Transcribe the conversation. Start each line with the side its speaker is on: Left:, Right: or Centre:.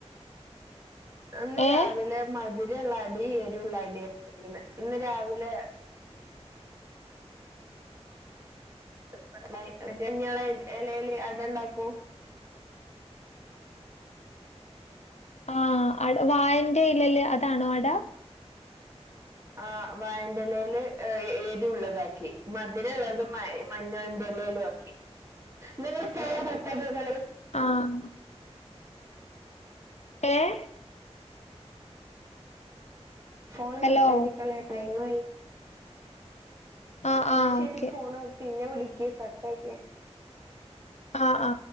Right: അന്ന്
Left: ഏ
Right: രാവിലെ മധുരള്ളടി എരുള്ളടി ഉണ്ടായിന്ന് ഇന്ന് രാവിലെ. <unintelligible> എലയിൽ അടയുണ്ടാക്കും
Left: ആഹ് അ വായന്റെ ഇലല് അതാണോ അട.
Right: ആ് വായന്റലേൽ എരു ഉള്ളതാക്കി മധുരള്ളത് മ മഞ്ഞൾന്റെ ലേലുംആക്കി <unintelligible>
Left: ആഹ ഏഹ്
Right: ഫോൺ
Left: ഹലോ
Right: കട്ടാക്കിക്കാളി ടൈമായി.
Left: ആഹ്
Right: ആ ന്നാൽ
Left: ആഹ്
Right: ശരി
Left: ഓക്കെ
Right: ഫോണ് പിന്നെ വിളിക്കി കട്ടാക്കി
Left: ആഹ് ആ